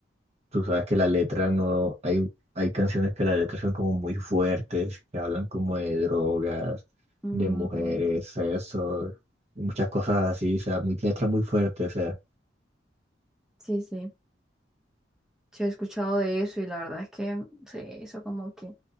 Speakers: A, on the right (about 35°); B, in the centre.
A: tú sabes que la letra no, hay, hay canciones que la letra son como muy fuertes, que hablan como de drogas,
B: Mm,
A: de mujeres, sexo, y muchas cosas así, o sea, muy letras muy fuertes, o sea,
B: Sí, sí. Sí, he escuchado de eso y la verdad es que sí, eso como que